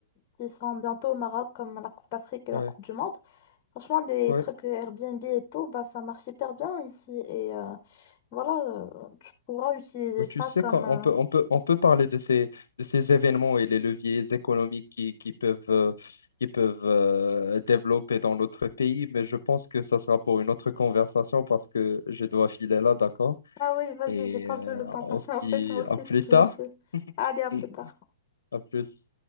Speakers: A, on the left; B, on the left.
A: qui seront bientôt au Maroc comme la Coupe d'Afrique et la
B: ouais,
A: Coupe du Monde. Franchement, les
B: ouais.
A: trucs Airbnb et tout, bah, ça marche hyper bien ici et euh, voilà, euh, tu pourras utiliser
B: Bah,
A: ça
B: tu sais
A: comme...
B: qu'on
A: euh,
B: on peut, on peut, on peut parler de ces, de ces événements et les leviers économiques qui, qui peuvent, euh, qui peuvent euh, développer dans l'autre pays, mais je pense que ça sera pour une autre conversation parce que je dois filer là, d'accord?
A: Ah oui, vas-y,
B: Et
A: j'ai pas
B: euh,
A: vu le temps
B: on
A: passer
B: se
A: <laughs> en
B: dit
A: fait, moi aussi,
B: à plus
A: il faut que
B: tard.
A: je file. Allez, à
B: <laughs>
A: plus tard.
B: À plus.